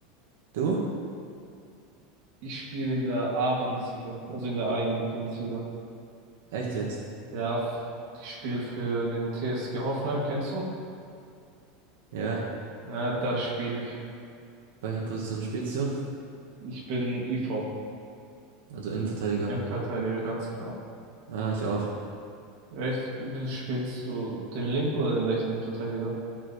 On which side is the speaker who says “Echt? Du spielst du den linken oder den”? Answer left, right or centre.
Right